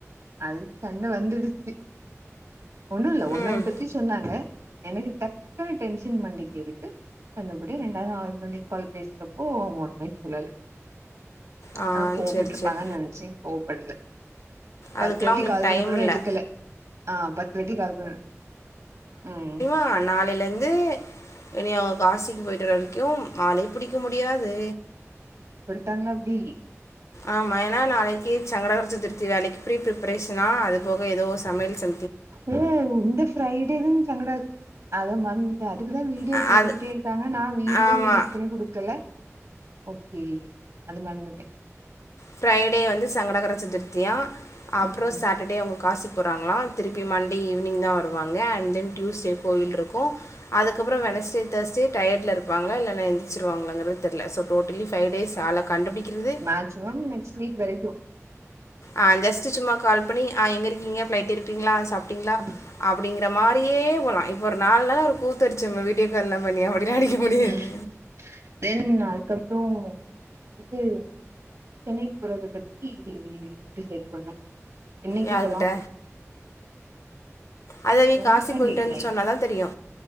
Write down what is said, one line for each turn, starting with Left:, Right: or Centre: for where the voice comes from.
Right: அது சண்ட வந்துடுச்சு ஒண்ணு இல்ல ஒன்ன
Left: ம்
Right: பத்தி சொன்னாங்க எனக்கு டக்குன்ன டென்ஷன் மண்டைக்கு ஏறிட்டு சண்ட போட்டே ரெண்டாவது <unintelligible> கால் பேசுறப்போ அவுங்க ஒண்ணுமே சொல்லல
Left: ஆ
Right: நா கோவப்ட்ருப்பாங்க
Left: சரி சரி
Right: நனைச்சே கோவப்படுல பத்து
Left: அதுக்கெலாம்
Right: வாட்டி
Left: உங்களுக்கு
Right: கால் பண்ணப்பிறவு
Left: டைம் இல்லை
Right: எடுக்கல ஆ பத் <unintelligible> ம்
Left: ஆ நாளலெந்து இனி அவ்ங்க காசிக்கு போயிட்டுற வரைக்கு அளே புடிக்க முடியாது
Right: சொல்ட்டாங்களா அப்டி
Left: ஆமா என்னா நாளைக்கி சங்கடகர சதுர்த்தி வேலைக்கி ப்ரீ ப்ரிப்ரேஷனா அது போக ஏதோ சமையல் செ
Right: ஓ இந்த ஃப்ரைடே தா சங்கட அத மறந் து அதுக்குதா வீடியோ
Left: அ
Right: கேட்டுக்கிட்டே
Left: அது
Right: இருக்காங்க நா வீடியோவு
Left: ஆமா.
Right: எடிட் பண்ணி குடுக்கல ஓகே அது மறந்துட்டே
Left: ஃப்ரைடே வந்து சங்கடகர சதுர்த்தியா அப்றோ
Right: ம்
Left: சாட்டர்டே அவுங் காசிக் போறாங்களா திருப்பியு மண்டே ஈவினிங் தா வருவாங்க அண்ட் தென் டியூஸ்டே கோவில்ருக்கு அதுக்கப்றோ வெனஸ்டே தேர்ஸ்டே டயர்ட்ல இருப்பாங்க இல்லா எந்திரச்சவாங்கலங்குறது தெர்ல சோ டோட்டலி ஃபை டேஸ் ஆள கண்டுபுடிக்கிறது
Right: மேக்சிமம் நெக்ஸ்ட் வீக் வரைக்கி
Left: ஆ ஜஸ்ட சும்மா கால் பண்ணி அ எங்க இருக்கீங்க ஃபிளைட் ஏறிட்டிங்களா சாப் டிங்ளா
Right: ம்,
Left: அப்டிங்கிற மாரியே போலா இப்ப ஒரு நால் நாளா ஒரு கூத்துடிச்சுமே வீடியோ ல்லா பண்ணி அப்டில்ல அடிக்க முடியாது
Right: ம். தென் அதுக்கப்றோ இது சென்னைக்கு போறத பத்தி டிசைட் பண்ணு என்னைக்கி
Left: யார்கிட்ட
Right: போலா
Left: அதேவி
Right: உங்கிட்டதா
Left: காசி போய்ட்டுவந்து
Right: கேக்குறே
Left: சொன்னாதா தெரியு